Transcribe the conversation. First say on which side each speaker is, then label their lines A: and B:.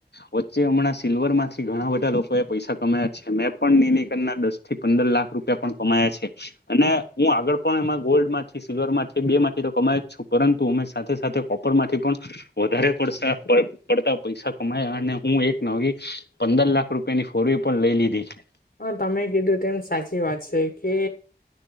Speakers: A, on the left; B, on the left.
A: વચ્ચે હમણાં સિલ્વર માંથી ઘણા બધા લોકો એ પૈસા કમાયા છે મેં પણ નિકરના દ પંદર લાખ રૂપિયા પણ કમાયા છે અને હું આગળ પણ એમાં ગોલ્ડ માંથી સિલ્વર માંથી બે તો કમાય જ છ પરંતુ અમે સાથે સાથે કોપર માંથી પણ વધારે પડ પડતા પૈસા હમણાં અને હું એક નવી પંદર લાખ રૂપિયાની ફોરી પણ લઈ લીધી છે.
B: હા તમે કીધું તેમ સાચી વાત છે કે